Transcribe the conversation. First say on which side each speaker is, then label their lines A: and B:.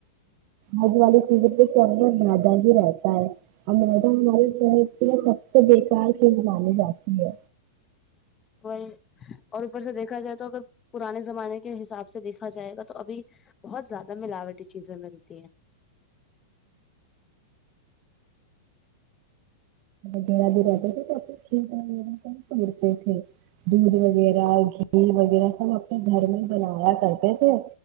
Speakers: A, on the right; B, on the left.
A: آج والی چیزوں پ اندر مدا بھی رہتا ہے اور مدا ہمارے سب سے بیکار چیز مانی جاتی جی
B: وہ اور اوپر سے دیکھا جائے تو اگر پرانے زمانے کے حساب سے دیکھا جائے گا تو ابھی بہت زیادہ ملاوٹی چیزیں ملتی ہے
A: وغہ بھی رہتے تھے تو کھیل وغیرہ پتے تھے دودھ وغیرہ گھیل وغیرہ سب اپنے گھر میں بنایا کرتے تھے